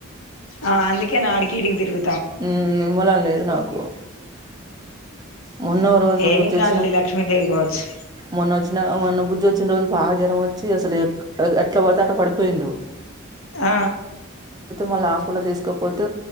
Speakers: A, on the left; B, on the right.
A: ఆ అందుకేనా అడికి ఇడికి దిరుగ్
B: ఉ నిమ్మలమ్ లేదు నాకు మొన్న ఓ రోజు
A: ఏం
B: బుజచ్చిన
A: కాదులే లక్ష్మీదేవి కావచ్చు
B: మన వ మన బుద్ధి వచ్చిన రోజు బగ జరం వచ్చి అసలు ఎట్లా పడితే అట పడిపోయిండు
A: ఆ
B: మళ్ళ హాస్పిటల్ తీసుకపోతే